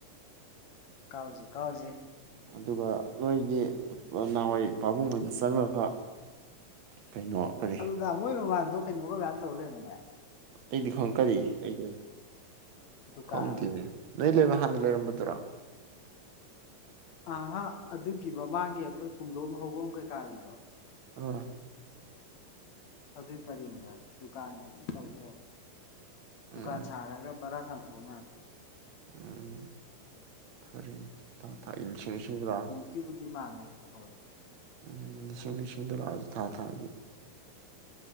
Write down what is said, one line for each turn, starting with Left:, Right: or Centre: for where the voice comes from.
Left: ꯀꯥꯎꯖꯦ ꯀꯥꯎꯖꯦ
Right: ꯑꯗꯨꯒ ꯅꯣꯏꯒꯤ ꯅꯍꯥꯟꯋꯥꯏ ꯄꯥꯕꯨꯡꯍꯣꯢꯗ ꯆꯪꯉꯒ ꯀꯩꯅꯣ ꯀꯔꯤ
Left: ꯑꯗꯨꯗ ꯃꯣꯏ ꯃꯃꯥꯡꯗꯣ ꯀꯩꯅꯣꯒ ꯃꯌꯥꯝ ꯇꯧꯔ ꯂꯩꯔꯝꯃꯦꯅꯦ
Right: ꯑꯩꯗꯤ ꯈꯪ ꯀꯔꯤ ꯑꯩ
Left: ꯗꯨꯀꯥꯟ
Right: ꯈꯪꯗꯦꯅꯦ ꯅꯣꯏ ꯂꯩꯕ ꯍꯥꯟꯅ ꯂꯩꯔꯝꯕꯗꯨꯔꯣ
Left: ꯑꯍ ꯑꯗꯨꯒꯤ ꯃꯃꯥꯡꯒꯤ ꯑꯩꯈꯣꯏ ꯄꯨꯡꯗꯣꯝ ꯍꯧꯧꯕꯣꯝ ꯀꯩꯀꯥꯒꯤꯗꯣ
Right: ꯑꯥ
Left: ꯑꯗꯨꯏ ꯄꯔꯦꯡꯗ ꯗꯨꯀꯥꯟꯗ ꯇꯧꯤꯔꯣ ꯗꯨꯀꯥꯟ
Right: ꯎꯝ
Left: ꯁꯥꯔꯒ ꯄꯔꯥ ꯁꯥꯟꯗꯕ ꯃꯥ
Right: ꯎꯝ ꯐꯔꯅꯦ ꯊ ꯊ ꯏꯁꯤꯡꯁꯤꯡꯁꯤ ꯂꯥꯛꯑ
Left: ꯀꯕꯨꯗꯤ ꯃꯥꯜꯂꯦ ꯍ
Right: ꯎ ꯂꯤꯁꯤꯡ ꯂꯤꯁꯤꯡꯗ ꯂꯥꯛ ꯑꯖꯨ ꯊꯥ ꯊꯥꯒꯤ